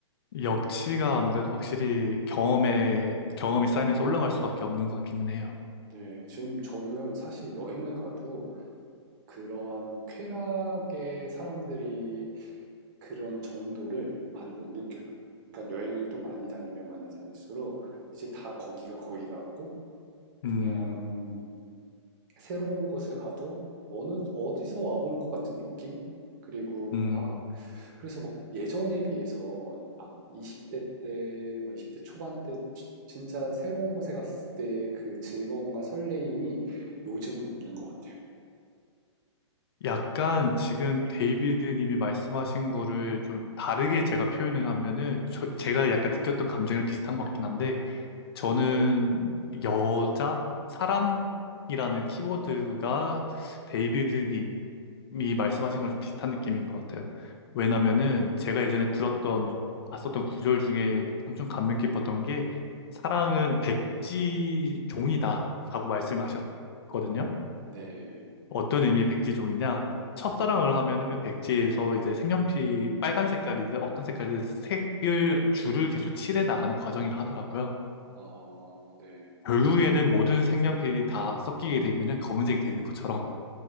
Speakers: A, on the left; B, on the right.
A: 역치가 아무래도 확실히 경험에, 경험이 쌓이면서 올라갈 수밖에 없는 것 같기는 해요.
B: 네, 지금 저는 사실 여행을 가도 그러한 쾌락에 사람들이 그런 정도를 많이 못 느껴요. 그러니까 여행을 또 많이 다니면 많이 다닐수록 이제 다 거기가 거기 같고 그냥
A: 음,
B: 새로운 곳에 가도 어느 어디서 와본 것 같은 느낌? 그리고
A: 음,
B: 아 그래서 막 예전에 비해서 막 20대 때, 막 20대 초반 때 지- 진짜 새로운 곳에 갔을 때 그 즐거움과 설레임이 요즘은 없는 것 같아요.
A: 약간 지금 데이비드 님이 말씀하신 거를 좀 다르게 제가 표현을 하면은 저, 제가 약간 느꼈던 감정이랑 비슷한 것 같긴 한데 저는 여자, 사랑이라는 키워드가 데이비드 님이 말씀하신 거랑 좀 비슷한 느낌인 것 같아요. 왜냐면은 제가 예전에 들었던, 봤었던 구절 중에 엄청 감명 깊었던 게 사랑은 백지 종이다라고 말씀을 하셨거든요.
B: 네.
A: 어떤 의미의 백지종이냐? 첫사랑을 하면은 그 백지에서 이제 색연필 빨간 색깔이든 어떤 색깔이든 색을 줄을 계속 칠해 나가는 과정이라 하더라고요.
B: 아, 네.
A: 결국에는 모든 색연필이 다 섞이게 되면은 검은색이 되는 것처럼